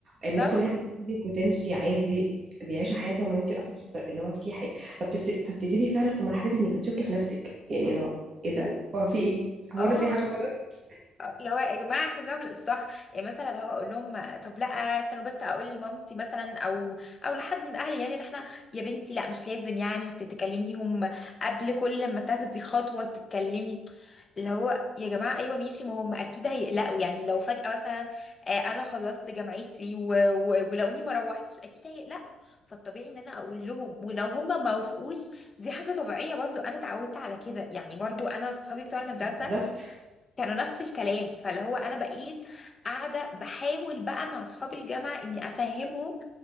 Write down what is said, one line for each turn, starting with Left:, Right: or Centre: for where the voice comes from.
Right: الناس
Left: بالظبط
Right: كلها بتسيبك وتمشي عادي بيعيشوا حياتهم وانت واقفه بتتفرج اللي هو في حاجه فبتبت... فبتبتدي فعلا في مرحله انك بتشكي في نفسك يعني لو ايه ده هو في ايه هو
Left: اه
Right: انا في حاجه غلط
Left: اللي هو يا جماعه احنا بنعمل اصلاح يعني مثلا لو اقول لهم طب لا استنوا بس اقول لمامتي مثلا او او لحد من اهلي يعني ان احنا يا بنتي لا مش لازم يعني تتكلميهم قبل كل ما تاخدي خطوه تتكلمي اللي هو يا جماعة أيوة ماشي ما هم أكيد هيقلقوا يعني لو فجأة مثلا آه، أنا خلصت جامعتي و- و- ولقوني ما روحتش أكيد هيقلقوا فالطبيعي إن أنا أقول لهم ولو هم ما وافقوش دي حاجة طبيعية برضو أنا اتعودت على كده يعني برضو أنا صحابي بتوع المدرسة
Right: بالظبط
Left: كانوا نفس الكلام فاللي هو انا بقيت قاعده بحاول بقى مع اصحاب الجامعه اني افهمهم